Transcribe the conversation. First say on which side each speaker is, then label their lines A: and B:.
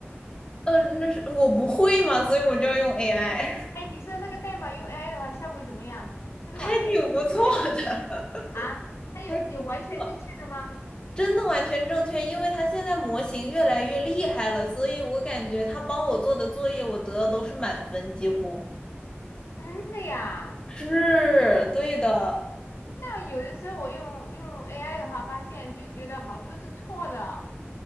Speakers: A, on the left; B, on the left.
A: 呃，那是我不会嘛，所以我就要用 AI，
B: 哎，你说那个代码用 AI 的话，效果怎么样？
A: <laughs>
B: 它是完全哎有
A: 还挺不错的，
B: 啊？
A: <laughs>
B: 它有有完全正确的吗？
A: 还挺不错，真的完全正确，因为他现在模型越来越厉害了，所以我感觉他帮我做的作业，我得的都是满分，几乎
B: 真的呀？
A: 是对的。
B: 那有的时候我用用 AI 的话，发现就觉得好多都是错的，